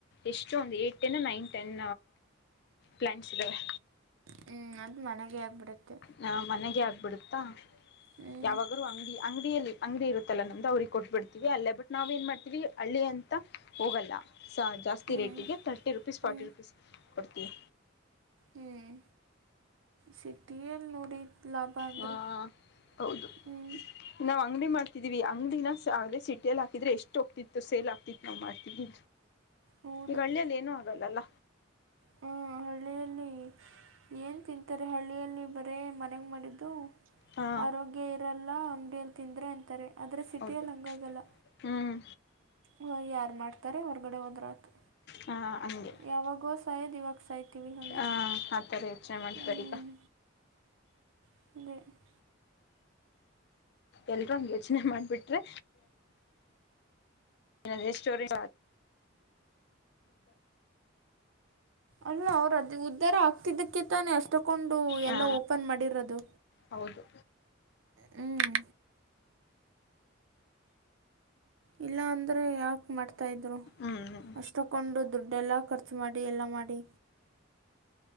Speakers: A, on the left (about 55°); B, on the right (about 70°).
A: ಎಷ್ಟು ಒಂದು eight ten nine ten plants ಇದ್ದಾವೆ
B: ಹ್ಮ್ ಅದು ಮನೆಗೆ ಆಗ್ಬಿಡತ್ತೆ
A: ಹಾ ಮನೆಗೆ ಆಗ್ಬಿಡುತ್ತಾ
B: ಹ್ಞೂ
A: ಯಾವಾಗಲೂ ಅಂಗಡಿ ಅಂಗಡಿಯಲ್ಲಿ ಅಂಗಡಿ ಇರುತ್ತಲ್ಲ ನಂದು ಅವ್ರಿಗೆ ಕೊಟ್ಟಟ್ಬಿಡ್ತೀವಿ ಅಲ್ಲೇ ಬಟ್ ನಾವ ಏನು ಮಾಡ್ತೀವಿ ಹಳ್ಳಿ ಅಂತ ಹೋಗಲ್ಲ ಸೋ ಜಾಸ್ತಿ
B: ಹ್ಞೂ
A: ರೇಟಿಗೆ ತರ್ಟಿ ರುಪೀಸ್
B: ಹ್ಞೂ
A: ಫಾರ್ಟಿ ರುಪೀಸ್ ಕೊಡ್ತೀವಿ
B: ಹ್ಮ್ ಸಿಟಿಯಲ್ಲಿ ನೋಡಿ ಲಾಭ ಅಂದರೆ
A: ಹಾ ಹೌದು
B: ಹ್ಞೂ
A: ನಾವು ಅಂಗಡಿ ಮಾಡ್ತಿದೀವಿ ಅಂಗಡಿನ ಅದೇ ಸಿಟಿಯಲ್ಲಿ ಹಾಕದ್ರೆ ಎಷ್ಟು ಹೋಗ್ತಿತ್ತು ಸೇಲ್ ಆಗ್ತಿತ್ತು ನಾವು ಮಾಡ್ತಿದ್ವಿ
B: ಹೌದು
A: ಈ ಹಳ್ಳಿಯಲ್ಲಿ ಏನು ಆಗಲ್ಲಲ್ಲ
B: ಹ್ಮ ಹಳ್ಳಿಯಲ್ಲಿ ಏನ್ ತಿಂತಾರೆ ಹಳ್ಳಿಯಲ್ಲಿ ಬರೇ ಮನೆಗ ಮಾಡಿದ್ದು
A: ಹಾ
B: ಆರೋಗ್ಯ ಇರಲ್ಲ ಅಂಗಡಿಯಲ್ಲಿ ತಿಂದ್ರೆ ಅಂತಾರೆ ಆದ್ರೆ ಸಿಟಿಯಲ್ಲಿ
A: ಹೌದು
B: ಹಂಗಾಗಲ್ಲ
A: ಹ್ಮ್
B: ಇವಾಗ ಯಾರ ಮಾಡ್ತಾರೆ ಹೊರ್ಗಡೆ ಹೋದ್ರ ಆಯಿತು
A: ಹ ಹಂಗೆ
B: ಯಾವಾಗೋ ಸಾಯದ್ ಇವಾಗ ಸಾಯ್ತೀವಿ ಹಂಗೆ
A: ಆ ಆ ಥರ ಯೋಚನೆ ಮಾಡ್ತಾರೆ
B: ಹ್ಮ್
A: ಈಗ
B: <unintelligible>
A: ಎಲ್ರೂ ಹಂಗ ಯೋಚನೆ ಮಾಡ್ಬಿಟ್ರೆ <unintelligible> ಸ್ಟೋರಿ
B: ಅಲ್ಲ ಅವರು ಉದ್ದಾರ ಆಗ್ತಿದ್ದಕ್ಕೆ ತಾನೆ ತುಗೊಂಡು
A: ಹಾ
B: ಎಲ್ಲ ಓಪನ್ ಮಾಡಿರೋದು
A: ಹೌದು
B: ಹ್ಮ ಇಲ್ಲ ಅಂದ್ರೆ ಯಾಕೆ ಮಾಡ್ತಾ ಇದ್ರು
A: ಹ್ಮ್
B: ಅಷ್ಟೊ ತುಗೊಂಡು ದುಡ್ಡೆ ಎಲ್ಲ ಖರ್ಚು ಮಾಡಿ ಎಲ್ಲ ಮಾಡಿ